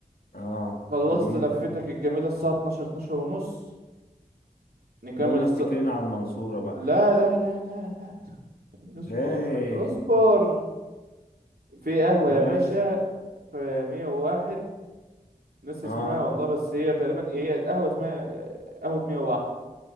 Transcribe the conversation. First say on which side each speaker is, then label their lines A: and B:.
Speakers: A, on the left; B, on the right.
A: اه
B: خلصت
A: جميل
B: لفتك
A: ده.
B: الجميلة الساعة اتناشر اتناشر ونص نكمل
A: نقوم
B: الص...
A: متكلين على المنصورة بقى
B: لا لا لا لا لا <laughs> اصبر
A: ليه
B: اصبر في قهوة
A: ماشي
B: يا باشا في مية وواحد ناس
A: اه
B: اسمها والله بس هي تقريبا هي القهوة اسمها قهوة مية وواحد.